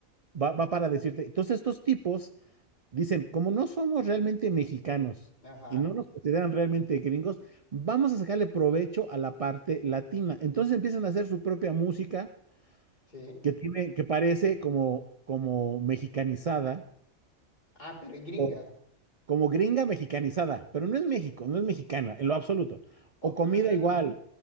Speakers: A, on the right (about 55°); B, on the left (about 35°).
A: va, va para decirte, entonces estos tipos Dicen, como no somos realmente mexicanos
B: Ajá.
A: y
B: Ajá.
A: no nos consideran realmente gringos, vamos a sacarle provecho a la parte latina. Entonces empiezan a hacer su propia música
B: Sí.
A: que tiene, que parece como, como mexicanizada
B: Ah, pero es gringa.
A: o, como gringa mexicanizada, pero no es México, no es mexicana en lo absoluto. O
B: O-
A: comida
B: ah,
A: igual,